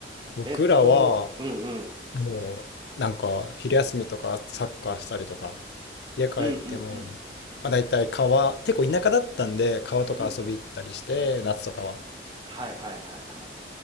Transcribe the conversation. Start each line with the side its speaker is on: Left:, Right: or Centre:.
Left: 僕らは
Right: えっと、うんうん。
Left: もうなんか昼休みとかサッカーしたりとか、家帰っても、
Right: うんうんうん。
Left: まあ、大体川、結構田舎だったんで川とか遊び行ったりして、
Right: うんうん。
Left: 夏とかは。
Right: はいはいはいはい。